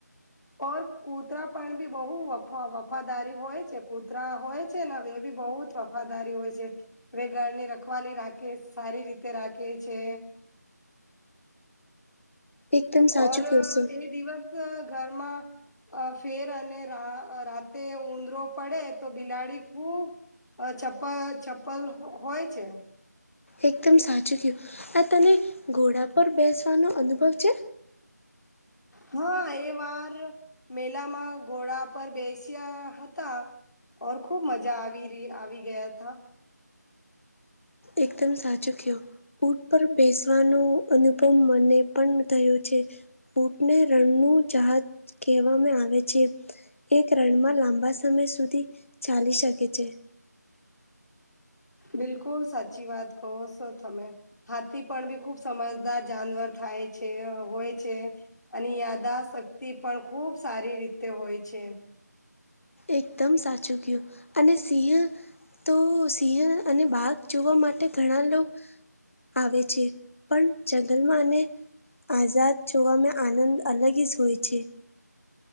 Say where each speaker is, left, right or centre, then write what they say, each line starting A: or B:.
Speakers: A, on the left (about 75°); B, on the left (about 45°).
A: ઓર કૂતરા પણ બી બઉ વ વફાદારી હોય છે કૂતરા હોય છે ને વે એ બી બઉજ વફાદારી હોય છે વે ઘરની રખવાલી રાખે સારી રીતે રાખે છે
B: એકદમ સાચું
A: ઓર
B: કયો છો.
A: એ દિવસ ઘરમાં અ ફેર અને રા અ રાતે ઉંદરો પડે તો બિલાડી ખૂબ અ ચપ્પ ચપ્પલ હોય છે.
B: એકદમ સાચું કયું, આ તને ઘોડા પર બેસવાનો અનુભવ છે?
A: હાં એ વાર મેલામાં ઘોડા પર બેસ્યા હતા. ઓર ખુબ મજા આવી રી આવી ગયા થા
B: એકદમ સાચું કયો ઊટ પર બેસવાનુ અનુભવ મને પણ થયો છે. ઊંટને રણનું જહાજ કેહવામે આવે છે. એક રણમાં લાંબા સમય સુધી ચાલી શકે છે.
A: બિલકુલ સાચી વાત કહો સો તમે હાથી પણ બી ખુબ સમજદાર જાનવર થાય છે હોય છે. અને યાદાશક્તિ પણ ખૂબ સારી રીતે હોય છે.
B: એકદમ સાચું કયું અને સિંહ તો સિંહ અને બાક જોવા માટે ઘણા લોકો આવે છે પણ જંગલમાં આઝાદ છવામાં આનંદ અલગ સ હોય છે.